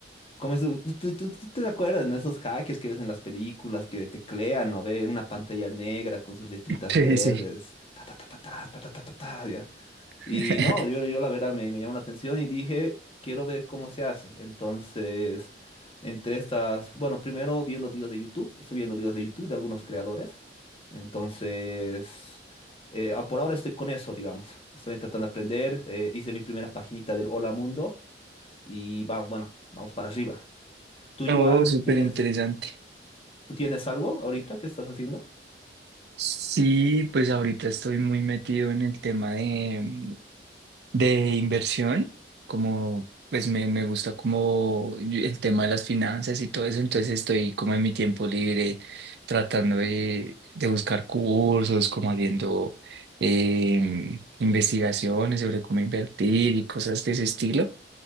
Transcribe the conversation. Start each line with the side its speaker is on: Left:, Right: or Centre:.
Left: como es, tú, tú- tú- tú te acuerdas, ¿no? Esos hackers que ves en las películas que teclean o ven una pantalla negra con sus letritas
Right: Sí,
Left: verdes,
Right: sí.
Left: ta ta ta ta ta ta ta ta ta, ta, ya.
Right: <laughs>
Left: Y no, yo, yo la verdad me, me llamó la atención y dije, quiero ver cómo se hace. Entonces, entre estas, bueno, primero viendo videos de YouTube, estoy viendo videos de YouTube de algunos creadores. Entonces, eh, ah, por ahora estoy con eso, digamos. Estoy tratando de aprender, eh, hice mi primera paginita del Hola Mundo y vamos, bueno, vamos para arriba. Tú,
Right: Oh,
Left: Joan,
Right: súper
Left: ¿tienes,
Right: interesante.
Left: tú tienes algo ahorita que estás haciendo?
Right: Sí, pues ahorita estoy muy metido en el tema de mm, De inversión, como pues me, me gusta como y- el tema de las finanzas y todo eso, entonces estoy como en mi tiempo libre tratando de, de buscar cursos, como haciendo em, investigaciones sobre cómo invertir y cosas de ese estilo.